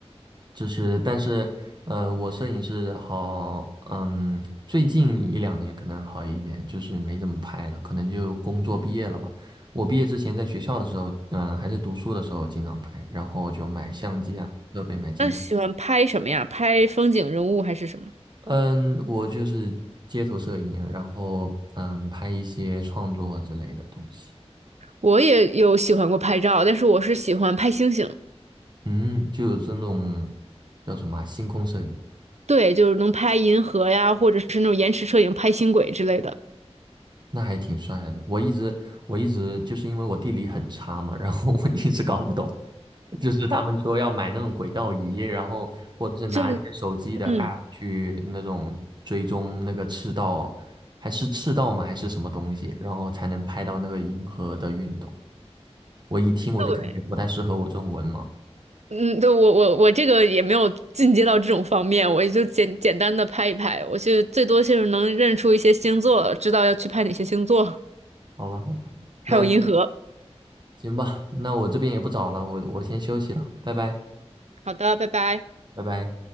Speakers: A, on the right (about 40°); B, on the right (about 80°).
A: 就是，但是，呃，我摄影是好，嗯，最近一两年可能好一点，就是没怎么拍了，可能就工作毕业了吧。我毕业之前在学校的时候，嗯，还在读书的时候经常拍，然后就买相机啊，设备买镜头，
B: 那喜欢拍什么呀？拍风景、人物还是什么？
A: 嗯，我就是街头摄影，然后嗯，拍一些创作之类的东西，
B: 我也有喜欢过拍照，但是我是喜欢拍星星。
A: 嗯，就有这种叫什么啊星空摄影。
B: 对，就是能拍银河呀，或者是那种延迟摄影拍星轨之类的。
A: 那还挺帅的。我一直我一直就是因为我地理很差嘛，然后 <laughs> 我一直搞不懂，就是他们说要买那种轨道仪，然后或者是拿一些手机的
B: 就嗯，
A: app 去那种追踪那个赤道，还是赤道吗？还是什么东西，然后才能拍到那个银河的运动。我一听我就感觉不太适合我这种文盲。
B: 对，嗯，对我我我这个也没有进阶到这种方面，我也就简简单的拍一拍，我就最多就是能认出一些星座，知道要去拍哪些星座，
A: 好吧，好吧，
B: 还有银河。
A: 那行吧，那我这边也不早了，我我先休息了，拜拜，
B: 好的，拜拜。
A: 拜拜。